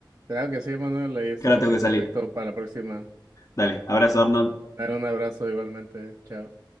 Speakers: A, on the right; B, on the left.
A: Claro que sí, Manuel, ahí estamos
B: Que ahora tengo
A: en
B: que salir.
A: contacto para la próxima.
B: Dale, abrazo, Arnold.
A: Dale un abrazo igualmente, chao.